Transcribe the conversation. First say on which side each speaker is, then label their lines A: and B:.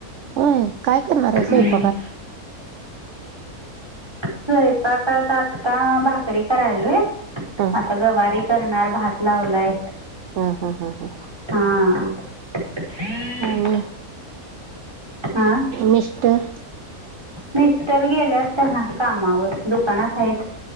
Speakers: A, on the right; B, on the right.
A: होय, काय करणार आहे
B: हम्म.
A: स्वयंपाकात?
B: स्वयंपाकात आता भाकरी करायलोय.
A: हा
B: आता गवारी करणार, भात लावलाय.
A: हा हा हा हा.
B: हा
A: आणि
B: हा
A: मिस्टर
B: मिस्टर गेल्यात हा कामावर दुकानात हायेत.